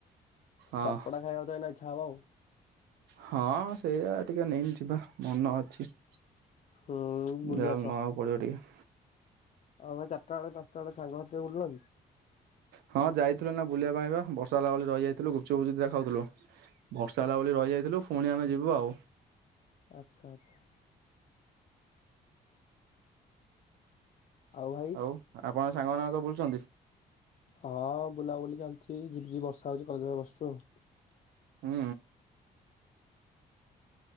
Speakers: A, on the right (about 80°); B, on the left (about 45°).
A: ହଁ
B: ଚଟପଟା ଖାଇବାକୁ ତ ଏ ନହିଛା ହବ ଆଉ।
A: ହଁ ସେଇଆା ଟିକେ ନେଇ ଯିବା ମନ ଅଛି। ଯାହା
B: ହୁଁ ବୁଲି ଆସ
A: ଲେ ନବାକୁ ପଡିବ ଟିକେ।
B: ଆଉ ଭାଇ ଚାରିଟା ବେଳେ ପାଞ୍ଚଟା ବେଳେ ସାଙ୍ଗ ସାା ବୁଲିଲ କି?
A: ହଁ ଯାଇଥିଲୁ ନା ବୁଲିବା ପାଇଁ ବା ବର୍ଷା ହେଲା ବଳେ ରହିଯାଇଥିଲୁ ଗୁପଚୁପୁଚୁି ଖାଉଥିଲୁ। ବକ୍ସା ହେଲା ଭଳି ରହିଯାଇଥିଲୁ ପୁଣି ଆମେ ଯିବୁ ଆଉ।
B: ଆଚ୍ଛା ଆଚ୍ଛା। ଆଉ ଭାଇ
A: ହଉ ଆପଣ ସାଙ୍ଗ ମାନଙ୍କ ତ ବୁଲୁଛନ୍ତି।
B: ହଁ ବୁଲାବୁଲି ଚାଲିଛି ଯିଝି ବର୍ଷା ହଉଛି କରିିବା ବସିଛୁ ଆଉ।
A: ହୁଁ।